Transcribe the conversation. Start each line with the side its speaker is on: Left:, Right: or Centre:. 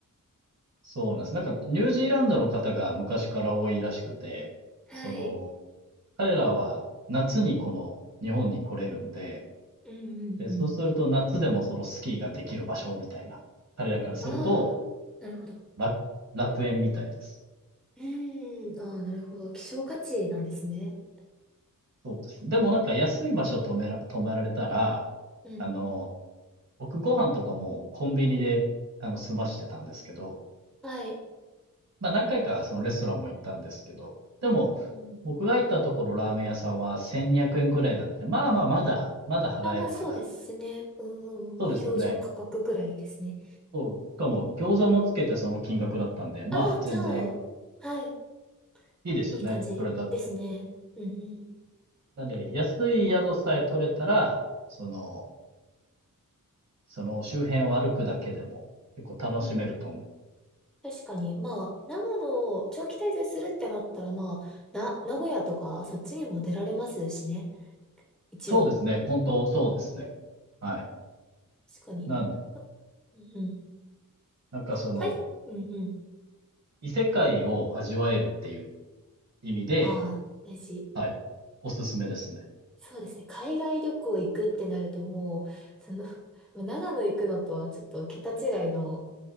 Right: そうなんです。なんか、ニュージーランドの方が昔から多いらしくて、
Centre: はい。
Right: その、彼らは夏にこの日本に来れるんで、
Centre: うんうんうん。
Right: で、そうすると夏でもそのスキーができる場所みたいな。彼らからすると
Centre: ああ、なるほど。
Right: 楽、楽園みたいです。
Centre: うん、ああ、なるほど。希少価値なんですね。
Right: そうですね。でもなんか安い場所止めら、泊まられたら、
Centre: うんうん。
Right: あの、僕ご飯とかもコンビニで、あの、済ましてたんですけど、
Centre: はい。
Right: まあ何回かそのレストランも行ったんですけど、でも、
Centre: うんうん。
Right: 僕が行ったところラーメン屋さんは1200円ぐらいだったね。まあまあまだ、まだ払えるかな。
Centre: あ、まあそうですね。うんうん。
Right: そうですよね。
Centre: まあ標準価格ぐらいですね。
Right: しかも餃子もつけてその金額だったんで、まあ全然
Centre: ああ、じゃあ、はい。
Right: いいですよね。
Centre: いい感じですね。
Right: それだった。
Centre: うんうん。
Right: なんで、安い宿さえ取れたら、その、その周辺を歩くだけでも結構楽しめると思う。
Centre: うんうん。確かに。まあ、長野を長期滞在するってなったら、まあ、な、名古屋とか、そっちにも出られますしね。一応。
Right: そうですね。本当そうですね。はい。
Centre: 確かに。
Right: なんで、
Centre: うんうん。
Right: なんかその、
Centre: はい。うんうん。
Right: 異世界を味わえるっていう意味で、
Centre: ああ、大事。
Right: はい、おすすめですね。
Centre: そうですね。海外旅行行くってなると、もう、その、<laughs> 長野行くのとはちょっと桁違いの